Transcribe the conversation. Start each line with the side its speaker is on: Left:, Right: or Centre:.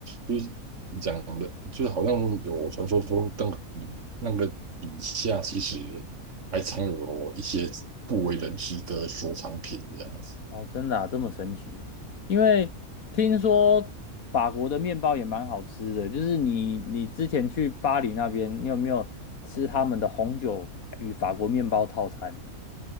Right: 就是你讲的，就是好像有传说说那个底那个以下其实还藏有一些不为人知的收藏品这样子。
Left: 哦，真的啊，这么神奇？因为听说法国的面包也蛮好吃的，就是你你之前去巴黎那边，你有没有吃他们的红酒与法国面包套餐？